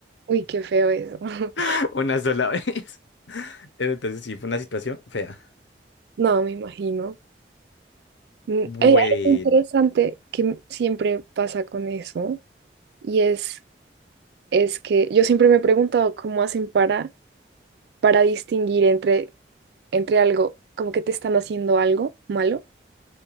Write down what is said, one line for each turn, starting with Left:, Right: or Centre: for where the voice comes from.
Right: Uy, qué feo eso. <laughs>
Left: <laughs> una sola vez. <laughs> Pero Entonces sí, fue una situación fea.
Right: No, me imagino. Mm,
Left: Bueno,
Right: Hay hay algo interesante que m- siempre pasa con eso y es, es que yo siempre me he preguntado cómo hacen para, para distinguir entre, entre algo, como que te están haciendo algo malo